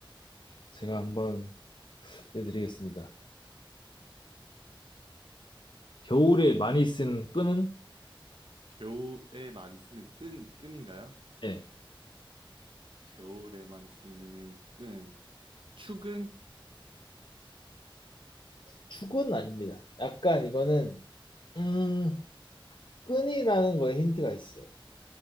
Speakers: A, on the left; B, on the right.
A: 제가 한번 내드리겠습니다. 겨울에 많이 쓴 끈은?
B: 겨울에 많이 쓰는 끈, 끈인가요?
A: 예.
B: 겨울에 많이 쓰는 끈. 축은
A: 축은 아닙니다. 약간 이거는 음, 끈이라는 거에 힌트가 있어요.